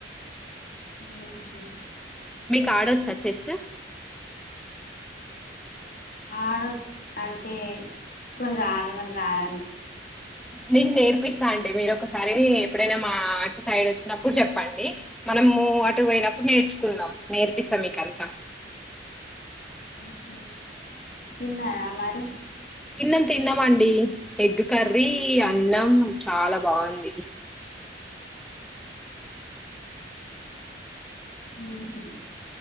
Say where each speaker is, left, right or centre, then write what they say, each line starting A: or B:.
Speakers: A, on the left (about 50°); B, in the centre.
A: మ్మ్ హ్మ్
B: మీకు ఆడొచ్చా చెస్సు
A: ఆడ అంటే <unintelligible>
B: నేను నేర్పిస్తా అండి మీరు ఒకసారి ఎప్పుడైనా మా అటు సైడ్ వచ్చినప్పుడు చెప్పండి మనము అటు పోయినప్పుడు నేర్చుకున్నా నేర్పిస్తా మీకంతా
A: మ్మ్ హ్మ్ తిన్నార మరి
B: తిన్నాం తిన్నామండి ఎగ్ కర్రీ అన్నం చాలా బాగుంది
A: మ్మ్ హ్మ్